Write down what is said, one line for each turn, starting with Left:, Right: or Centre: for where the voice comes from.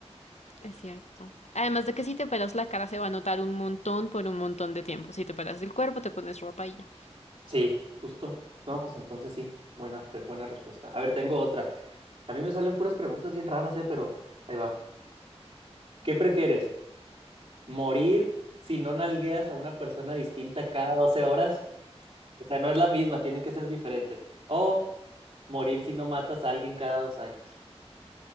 Left: es cierto. Además de que si te operas la cara se va a notar un montón por un montón de tiempo. Si te operas el cuerpo, te pones ropa y ya.
Right: Sí, justo. No, pues entonces sí, buena, pre- buena respuesta. A ver, tengo otra. A mí me salen puras preguntas bien raras, eh, pero ahí va. ¿Qué prefieres? ¿Morir si no nalgueas a una persona distinta cada 12 horas? O sea, no es la misma, tienen que ser diferentes. O morir si no matas a alguien cada dos años.